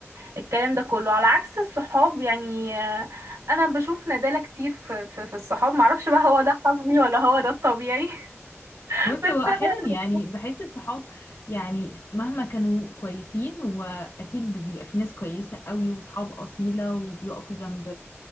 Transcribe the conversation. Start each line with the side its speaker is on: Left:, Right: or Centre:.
Right: الكلام ده كله على عكس الصحاب يعني آه، انا بشوف ندالة كتير في في, في الصحاب معرفش بقى هو ده حظي ولا هو ده الطبيعي <laughs>
Left: بصي
Right: بس
Left: هو احيانا
Right: انا
Left: يعني بحس الصحاب يعني مهما كانوا كويسين واكيد بيبقى في ناس كويسه قوي وصحاب اصيله وبيقفوا جنب